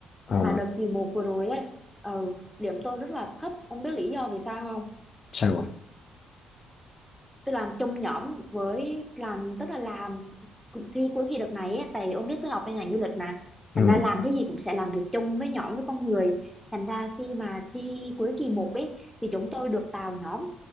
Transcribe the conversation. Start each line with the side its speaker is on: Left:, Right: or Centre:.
Left: ờ,
Centre: mà đợt kỳ một vừa rồi ấy ừ, điểm tôi rất là thấp ông biết lý do vì sao không
Left: sao ạ?
Centre: tôi làm chung nhóm với làm tức là làm cuộc thi cuối kỳ đợt này ấy, tại ông biết tôi học bên ngành du lịch mà
Left: Ừ.
Centre: thành ra làm cái gì cũng sẽ làm việc chung với nhóm với con người thành ra khi mà thi cuối kỳ một ấy thì chúng tôi được tạo nhóm